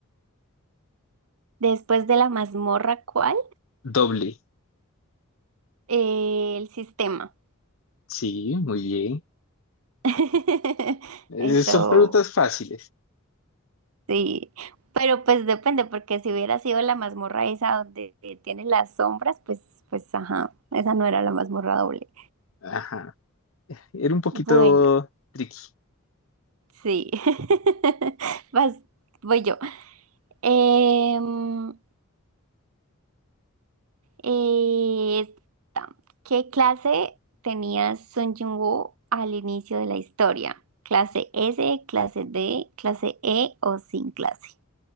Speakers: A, on the right; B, on the left.
A: Después de la mazmorra, ¿cuál?
B: Doble.
A: Eh, el sistema.
B: Sí, muy bien.
A: <laughs>
B: Eh,
A: Eso.
B: son preguntas fáciles.
A: Sí, pero pues depende, porque si hubiera sido la mazmorra esa donde eh, tiene las sombras, pues, pues ajá, esa no era la mazmorra doble.
B: Ajá. Era un poquito
A: Bueno,
B: tricky.
A: sí. <laughs> Vas, voy yo. Em, eh, ¿qué clase tenía Sun Jung-woo al inicio de la historia? ¿Clase S, clase D, clase E o sin clase?